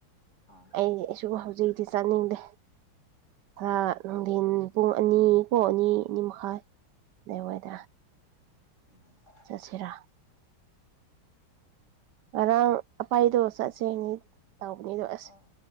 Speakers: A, on the left; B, on the right.
A: ꯑꯣ
B: ꯑꯩꯁꯨ ꯍꯧꯖꯤꯛ ꯛꯇꯤ ꯆꯥꯅꯤꯡꯗꯦ ꯈꯔ
A: ꯎꯝ
B: ꯅꯨꯡꯊꯤꯟ ꯄꯨꯡ ꯑꯅꯤ ꯀꯣ ꯑꯅꯤ ꯑꯅꯤ ꯃꯈꯥꯏ ꯑꯗꯨꯏ ꯋꯥꯏꯗ
A: ꯎꯝ
B: ꯆꯠꯁꯤꯔꯥ ꯉꯔꯥꯡ ꯑꯄꯥꯏꯗꯣ ꯆꯠꯁꯦ ꯍꯥꯏꯅꯤ ꯇꯧꯕꯅꯤꯗꯣ ꯑꯁ
A: ꯑꯣ